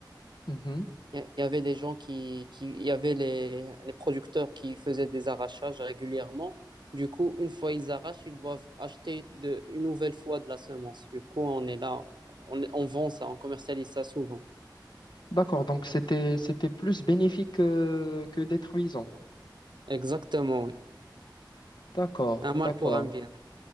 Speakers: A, on the left (about 70°); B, on the right (about 70°).
A: mhm.
B: Il y, a- il y avait des gens qui, qui- il y avait les, les producteurs qui faisaient des arrachages régulièrement. Du coup, une fois ils arrachent, ils doivent acheter de, une nouvelle fois de la semence. Du coup, on est là, on, on vend ça, on commercialise ça souvent.
A: D'accord, donc c'était c'était plus bénéfique euh, que détruisant.
B: Exactement, oui.
A: D'accord,
B: Un mal
A: d'accord.
B: pour un bien.